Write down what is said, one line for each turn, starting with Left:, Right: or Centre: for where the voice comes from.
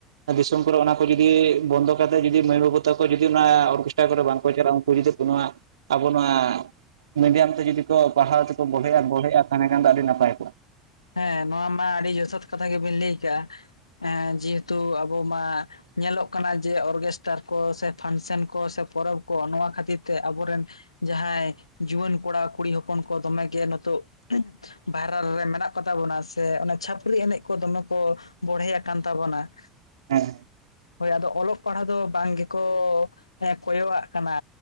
Right: ᱫᱤᱥᱚᱢ ᱠᱚᱨᱮ ᱚᱱᱟ ᱠᱚ ᱡᱩᱫᱤ ᱵᱚᱱᱫᱚ ᱠᱟᱛᱮᱫ ᱡᱩᱫᱤ ᱢᱟᱹᱭ ᱵᱟᱹᱵᱩ ᱛᱟᱠᱚ ᱡᱩᱫᱤ ᱚᱱᱟ ᱚᱨᱜᱮᱥᱴᱟᱨ ᱠᱚᱨᱮ ᱵᱟᱝᱠᱚ ᱪᱟᱞᱟᱜᱼᱟ ᱩᱱᱠᱩ ᱡᱩᱫᱤ ᱟᱵᱚ ᱱᱚᱣᱟ ᱟᱵᱚ ᱱᱚᱣᱟ ᱢᱤᱰᱤᱭᱟᱢ ᱛᱮ ᱡᱩᱫᱤ ᱠᱚ ᱯᱟᱲᱦᱟᱣ ᱛᱮᱠᱚ ᱵᱚᱲᱦᱮᱜᱼᱟ ᱵᱚᱲᱦᱮᱜᱼᱟ ᱛᱟᱦᱮᱸ ᱠᱷᱟᱱ ᱫᱚ ᱟᱹᱰᱤ ᱱᱟᱯᱟᱭ ᱠᱚᱜᱼᱟ
Left: ᱦᱮᱸ ᱱᱚᱣᱟ ᱢᱟ ᱟᱹᱰᱤ ᱡᱚᱛᱷᱟᱛ ᱠᱟᱛᱷᱟ ᱜᱮᱵᱮᱱ ᱞᱟᱹᱭ ᱠᱟᱜᱼᱟ ᱮᱸ ᱡᱮᱦᱮᱛᱩ ᱟᱵᱚ ᱢᱟ ᱧᱮᱞᱚᱜ ᱠᱟᱱᱟ ᱡᱮ ᱚᱨᱜᱮᱥᱴᱟᱨ ᱠᱚ ᱥᱮ ᱯᱷᱟᱱᱥᱮᱱ ᱠᱚ ᱥᱮ ᱯᱚᱨᱚᱵ ᱠᱚ ᱱᱚᱣᱟ ᱠᱷᱟᱹᱛᱤᱨ ᱛᱮ ᱟᱵᱚᱨᱮᱱ ᱡᱟᱦᱟᱸᱭ ᱡᱩᱣᱟᱹᱱ ᱠᱚᱲᱟ ᱠᱩᱲᱤ ᱦᱚᱯᱚᱱ ᱠᱚ ᱫᱚᱢᱮᱜᱮ ᱱᱤᱛᱚᱜ ᱵᱷᱟᱭᱨᱟᱞ ᱨᱮ ᱢᱮᱱᱟᱜ ᱠᱚᱛᱟ ᱵᱚᱱᱟ ᱥᱮ ᱚᱱᱟ ᱪᱷᱟᱹᱯᱨᱤ ᱮᱱᱮᱡ ᱠᱚ ᱫᱚᱢᱮ ᱠᱚ ᱵᱚᱲᱦᱮ ᱟᱠᱟᱱ ᱛᱟᱵᱚᱱᱟ
Right: ᱦᱮᱸ
Left: ᱦᱳᱭ ᱟᱫᱚ ᱚᱞᱚᱜ ᱯᱟᱲᱦᱟᱜ ᱫᱚ ᱵᱟᱝ ᱜᱮᱠᱚ ᱦᱮᱸ ᱠᱚᱭᱚᱜ ᱼᱟᱜ ᱠᱟᱱᱟ